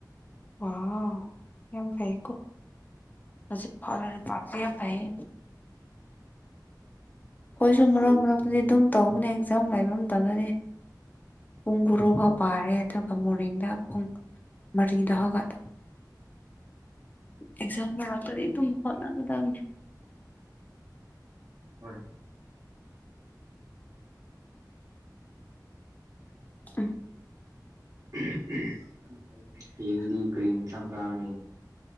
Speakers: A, on the left; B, on the right.
A: ꯋꯥꯑꯥꯎ ꯌꯥꯝ ꯐꯩꯀꯣ ꯍꯧꯖꯤꯛꯐꯥꯎ ꯂꯥꯏꯔꯤꯛ ꯄ꯭ꯥꯕ ꯁꯤ ꯌꯥꯝ ꯐꯩꯌꯦ ꯈꯣꯏꯖꯨ ꯃꯔꯛ
B: ꯍꯌꯦꯡꯁꯦ
A: ꯃꯔꯛꯇꯗꯤ
B: ꯎꯝ
A: ꯑꯗꯨꯝ ꯇꯧꯕꯅꯦ ꯑꯦꯛꯖꯥꯝ ꯂꯩꯕ ꯃꯇꯝꯗꯗꯤ ꯄꯨꯡ ꯒꯨꯔꯨ ꯐꯥꯎ ꯄꯥꯔꯦ ꯑꯗꯨꯒ ꯃꯣꯔꯅꯤꯡꯗ ꯄꯨꯡ ꯃꯔꯤ ꯗ ꯍꯧꯒꯠꯄ ꯑꯦꯛꯖꯥꯝ ꯃꯔꯛꯇꯗꯤ ꯑꯗꯨꯝ ꯍꯣꯠꯅꯒꯗꯝꯅꯦ
B: ꯍꯣꯢ
A: ꯎꯝ
B: INAUDIBLE ꯍꯌꯦꯡꯗꯤ ꯀꯔꯤ ꯏꯟꯁꯥꯡ ꯆꯥꯔꯅꯤ